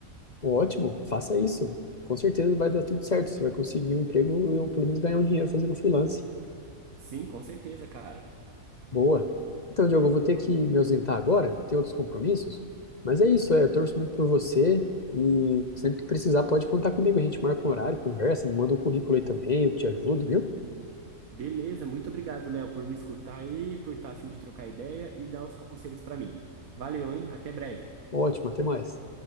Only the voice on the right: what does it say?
Sim, com certeza, cara.
Beleza, muito obrigado, Léo, por me escutar aí, por estar afim de trocar ideia e dar os conselhos para mim. Valeu, hein? Até breve.